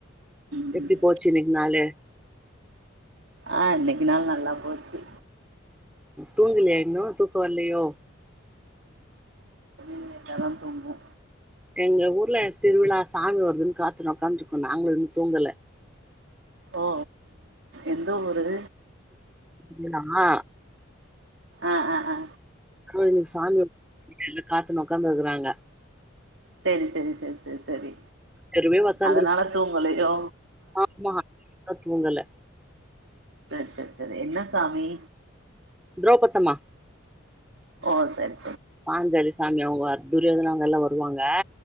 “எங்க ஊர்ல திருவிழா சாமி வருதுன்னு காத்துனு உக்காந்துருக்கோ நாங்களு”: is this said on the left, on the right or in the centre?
Centre